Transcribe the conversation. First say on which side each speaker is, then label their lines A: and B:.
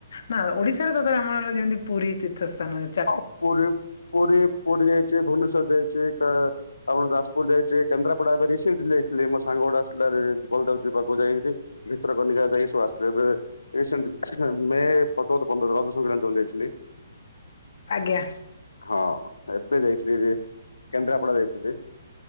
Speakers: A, on the left; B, on the left.
A: ନା ଓଡିଶାରେ ତଥାବି ଆମର ଯେମିତି ପୁରୀ ତୀର୍ଥସ୍ଥାନ।
B: ହଁ ପୁରୀ ପୁରୀ ପୁରୀ ଯାଇଚି ଭୁନେଶ୍ୱର ଯାଇଚି କା ଆପଣ ଯାଜପୁର ଯାଇଚି, କେନ୍ଦ୍ରାପଡା ଏବେ ରିସେଣ୍ଟଲି ଯାଇଥିଲି, ମୋ ସାଙ୍ଗ ଗୋଟେ ଆସିଥିଲା ରେ ବଲଦଜ ଯ ପାଖକୁ ଯାଇକି। ଭିତରକନିକା ଯାଇକି ସବୁ ଆସଥିଲେ ଏବେ। ରିସେଣ୍ଟଲି ମେ ପ ଚଉଦ ପନ୍ଦର <unintelligible> ଯାଇଥିଲି।
A: ଆଜ୍ଞା
B: ହଁ ଏବେ ଯାଇଥିଲି ଯେ କେନ୍ଦ୍ରାପଡା ଯାଇଥିଲି।